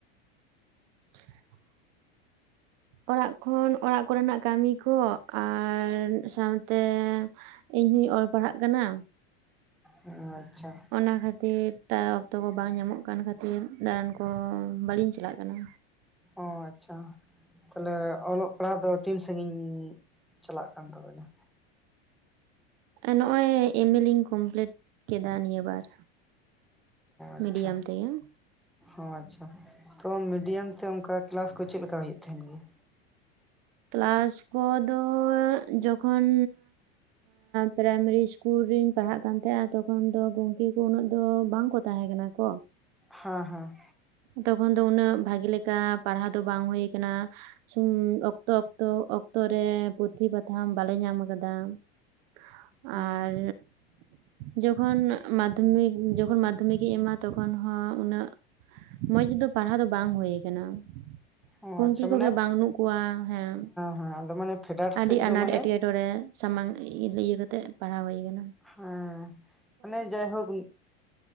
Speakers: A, on the right (about 55°); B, in the centre.
A: <inaudible> ᱚᱲᱟᱜ ᱠᱷᱚᱱ ᱚᱲᱟᱜ ᱠᱚ ᱨᱮᱱᱟᱜ ᱠᱟᱹᱢᱤ ᱠᱚ ᱟᱨ ᱥᱟᱶ ᱾ ᱛᱮ ᱤᱧ ᱦᱚᱧ ᱚᱞ ᱯᱟᱲᱦᱟᱜ ᱠᱟᱱᱟ ᱾
B: ᱟᱪᱪᱷᱟ
A: ᱚᱱᱟ ᱠᱷᱟᱹᱛᱤᱨ ᱚᱠᱛᱚ ᱠᱚ ᱵᱟᱝ ᱧᱟᱢᱚᱜ ᱠᱟᱱ ᱠᱷᱟᱹᱛᱤᱨ ᱫᱟᱬᱟᱱ ᱠᱚ ᱵᱟᱹᱞᱤᱧ ᱪᱟᱞᱟᱜ ᱠᱟᱱᱟ ᱾
B: ᱚ ᱟᱪᱪᱷᱟ ᱛᱟᱦᱞᱮ ᱚᱞᱚᱜ ᱯᱟᱲᱦᱟᱜ ᱫᱚ ᱛᱤᱱ ᱥᱟᱜᱤᱧ ᱪᱟᱞᱟᱜ ᱠᱟᱱ ᱛᱟᱵᱮᱱᱟ?
A: ᱱᱚᱜ ᱚᱭ ᱮᱢᱮ ᱞᱤᱧ ᱠᱚᱢᱯᱞᱤᱴ ᱾ ᱠᱮᱫᱟ ᱱᱤᱭᱟᱹ ᱵᱟᱨ
B: ᱟᱪᱪᱷᱟ
A: ᱢᱤᱰᱤᱭᱟᱢ ᱛᱮᱜᱮ ᱾
B: ᱚ ᱟᱪᱪᱷᱟ ᱛᱚ ᱢᱤᱰᱤᱭᱟᱢ ᱛᱮ ᱚᱱᱠᱟ ᱠᱮᱞᱟᱥ ᱠᱚ ᱪᱮᱫ ᱞᱮᱠᱟ ᱦᱩᱭᱩᱜ ᱛᱟᱦᱮᱱ ᱜᱮᱭᱟ?
A: ᱠᱞᱟᱥ ᱠᱚᱫᱚ ᱡᱚᱠᱷᱚᱱ ᱯᱨᱟᱭᱢᱟᱨᱤ ᱥᱤᱥᱠᱩᱞ ᱨᱤᱧ ᱯᱟᱲᱦᱟᱜ ᱠᱟᱱ ᱛᱟᱦᱮᱸᱜᱟ ᱛᱚᱠᱷᱚᱱ ᱫᱚ ᱜᱚᱢᱠᱮ ᱠᱚ ᱩᱱᱟᱹᱜ ᱫᱚ ᱵᱟᱝ ᱠᱚ ᱾ ᱛᱟᱦᱮᱸ ᱠᱟᱱᱟ ᱠᱚ
B: ᱦᱮᱸ ᱦᱮᱸ
A: ᱛᱚᱠᱷᱚᱱ ᱫᱚ ᱩᱱᱟᱹᱜ ᱵᱷᱟᱜᱮ ᱞᱮᱠᱟ ᱯᱟᱲᱦᱟᱣ ᱫᱚ ᱵᱟᱝ ᱦᱳᱭ ᱠᱟᱱᱟ ᱾ ᱚᱠᱛᱚ ᱚᱠᱛᱚ ᱚᱠᱛᱚ ᱨᱮ ᱯᱩᱛᱷᱤ ᱯᱟᱛᱷᱟᱢ ᱵᱟᱞᱮ ᱧᱟᱢ ᱠᱟᱫᱟ ᱾
B: ᱦᱮᱸ
A: ᱟᱨ ᱡᱚᱠᱷᱚᱱ ᱢᱟᱫᱷᱚᱢᱤᱠ ᱡᱚᱠᱷᱚᱱ ᱢᱟᱫᱷᱚᱢᱤᱠᱤᱧ ᱮᱢᱟ ᱛᱚᱠᱷᱚᱱ ᱦᱚᱸ ᱩᱱᱟᱹᱜ ᱢᱚᱸᱡᱽ ᱫᱚ ᱯᱟᱲᱦᱟᱣ ᱫᱚ ᱵᱟᱝ ᱦᱳᱭ ᱠᱟᱱᱟ ᱾
B: ᱚ
A: ᱜᱚᱢᱠᱮ
B: ᱟᱪᱪᱷᱟ ᱢᱟᱱᱮ
A: ᱠᱚᱜᱮ ᱵᱟᱝᱱᱩᱜ ᱠᱚᱣᱟ ᱦᱮᱸ
B: ᱦᱮᱸ ᱟᱫᱚ ᱢᱟᱱᱮ ᱯᱷᱮᱰᱟᱛ
A: ᱟᱹᱰᱤ
B: ᱥᱮᱫ ᱫᱚ
A: ᱟᱱᱟᱴ
B: ᱢᱟᱱᱮ
A: ᱮᱴᱠᱮ ᱾ ᱮᱴᱠᱮᱴᱚᱨᱮ ᱥᱟᱢᱟᱝ ᱤᱭᱟᱹ ᱠᱟᱛᱮᱜ ᱯᱟᱲᱦᱟᱣ ᱦᱳᱭ ᱠᱟᱱᱟ ᱾
B: ᱦᱮᱸ ᱢᱟᱱᱮ ᱡᱟᱭᱦᱳᱠ